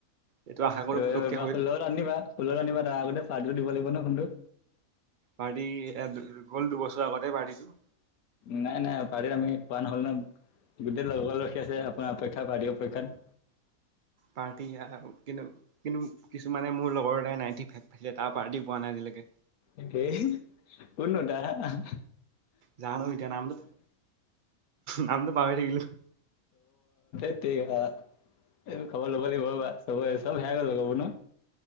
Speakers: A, on the right (about 70°); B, on the left (about 90°).
A: এইটো আশা কৰো
B: এবাৰ
A: পুতুককে হৈ
B: ষোল্লত আনি দিবা। ষোল্লত আনিবা তাৰ আগতে পাৰ্টিটো দিব লাগিব নহয় সোণটো।
A: পাৰ্টি এ গ'ল দুবছৰৰ আগতেই পাৰ্টিটো
B: নাই নাই পাৰ্টি এটা আমি পোৱা নহ'ল ন। গোটেই লগৰালখী আছে আপোনাৰ অপেক্ষা পাৰ্টি অপেক্ষাত
A: পাৰ্টি আহাতো কিন্ত কিন্তু, কিছুমানে মোৰ লগৰ এটাই নাইঠি ফাইভ পাইছে তাৰ পাৰ্টি পোৱা নাই আজিলৈকে।
B: একেই কোন লডাৰ আহ
A: জানো এতিয়া নামটো, নামটো পাহৰি থাকিলোঁ।
B: <unintelligible> খবৰ ল'ব এতিয়া এইবোৰ খবৰ ল'ব লাগিব ৰবা চবৰে চব হেৰাই গ'ল লগৰ বোৰ ন।